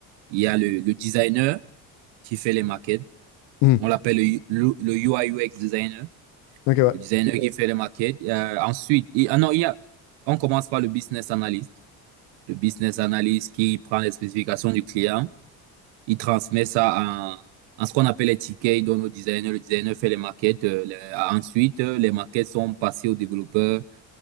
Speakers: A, on the right; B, on the left.
A: Il y a le, le designer qui fait les maquettes.
B: hum.
A: On l'appelle le, U- le, le UI UX designer,
B: Ok, ouais.
A: le designer qui Ok. fait les maquettes. Euh, ensuite, il- ah non, il y a, on commence par le business analyst. Le business analyst qui prend les spécifications du client Il transmet ça en, en ce qu'on appelle les tickets. Il donne au designer. Le designer fait les maquettes. euh, les- ensuite, euh, les maquettes sont passées au développeur.